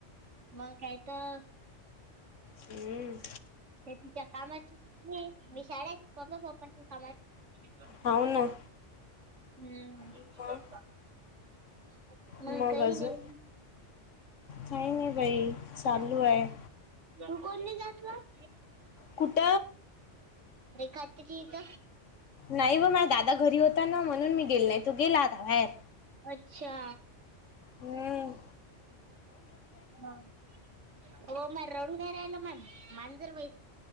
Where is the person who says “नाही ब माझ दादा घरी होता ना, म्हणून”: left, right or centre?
Left